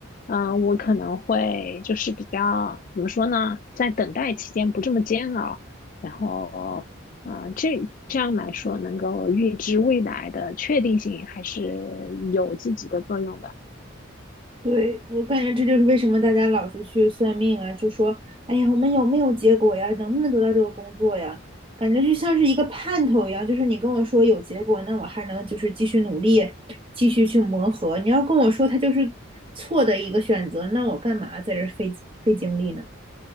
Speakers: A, on the left; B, on the right.
A: 嗯、我可能会就是比较怎么说呢，在等待期间不这么煎熬，然后，啊，这这样来说，能够预知未来的确定性还是有积极的作用的。
B: 对，我感觉这就是为什么大家老是去算命啊，就说，哎呀，我们有没有结果呀？能不能得到这个工作呀？感觉就像是一个盼头一样，就是你跟我说有结果，那我还能就是继续努力，继续去磨合。你要跟我说它就是错的一个选择，那我干嘛在这儿费费精力呢？